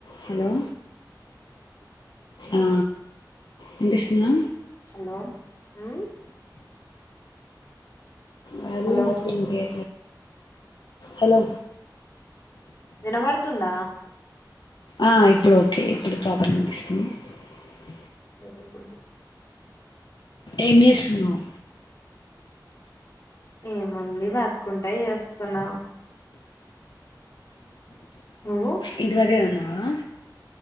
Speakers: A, on the left (about 75°); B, on the left (about 45°).
A: Hello ఆ విన్పిస్తుందా
B: hello హ్మ్
A: <inaudible>
B: హలో
A: హలో
B: వినబడుతుందా
A: ఆ ఇప్పుడు <inaudible> <inaudible>
B: <inaudible>
A: ఏం చేస్తున్నావ్
B: ఏముంది వర్క్ ఉంటే చేస్తున్న నువ్వు
A: ఇంటి దగ్గరె ఉన్నావా